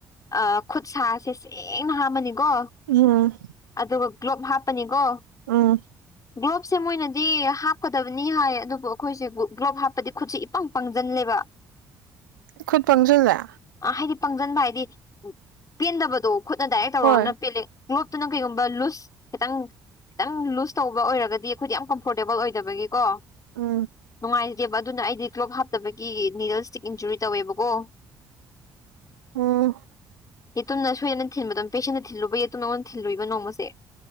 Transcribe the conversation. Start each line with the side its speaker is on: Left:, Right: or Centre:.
Left: ꯑꯥ ꯈꯨꯠꯁꯥꯁꯦ ꯁꯦꯡꯅ ꯍꯥꯝꯃꯅꯤꯀꯣ
Right: ꯎꯝ
Left: ꯑꯗꯨꯒ ꯒ꯭ꯂꯣꯞ ꯍꯥꯞꯄꯅꯤꯀꯣ
Right: ꯎꯝ
Left: ꯒ꯭ꯂꯣꯞꯁꯦ ꯃꯣꯏꯅꯗꯤ ꯍꯥꯞꯀꯗꯕꯅꯤ ꯍꯥꯏ ꯑꯗꯨꯕꯨ ꯑꯩꯈꯣꯏꯁꯦ ꯒ꯭ꯂꯣꯞ ꯍꯥꯞꯄꯗꯤ ꯈꯨꯠꯁ ꯄꯪ ꯄꯪꯁꯤꯜꯂꯦꯕ
Right: ꯈꯨꯠ ꯄꯪꯖꯤꯡꯂꯦ
Left: ꯑ ꯍꯥꯏꯗꯤ ꯄꯪꯁꯤꯟꯕ ꯍꯥꯏꯗꯤ ꯄꯦꯟꯗꯕꯗꯣ ꯈꯨꯠꯅ ꯗꯥꯏꯔꯦꯛ ꯇꯧꯔꯅ
Right: ꯍꯣꯏ
Left: ꯄꯦꯜꯂ ꯒ꯭ꯂꯣꯞꯇꯨꯅ ꯀꯩꯒꯨꯝꯕ ꯂꯨꯁ ꯈꯤꯇꯪ ꯈꯤꯇꯪ ꯂꯨꯖ ꯇꯧꯕ ꯑꯣꯏꯔꯒꯗꯤ ꯑꯩꯈꯣꯏꯗꯤ ꯌꯥꯝ ꯀꯝꯐꯣꯔꯇꯦꯕꯜ ꯑꯣꯏꯗꯕꯒꯤꯀꯣ
Right: ꯎꯝ
Left: ꯅꯨꯡꯉꯥꯏꯖꯗꯦꯕ ꯑꯗꯨꯅ ꯑꯩꯗꯤ ꯀ꯭ꯂꯒ꯭ꯂꯣꯞ ꯍꯥꯞꯇꯕꯒꯤ ꯅꯤꯗꯜ ꯏꯁꯇꯤꯛ ꯏꯟꯖꯨꯔꯤ ꯇꯧꯋꯦꯕꯀꯣ
Right: ꯎꯝ
Left: ꯌꯦꯇꯨꯝꯅ ꯁꯣꯏꯗꯅ ꯊꯤꯟꯕꯗ ꯄꯦꯁꯦꯟꯗ ꯊꯤꯂꯨꯕꯒꯤ ꯌꯦꯇꯨꯝꯅ ꯑꯩꯉꯣꯟꯗ ꯊꯤꯜꯂꯨꯕ ꯅꯣꯡꯃꯁꯦ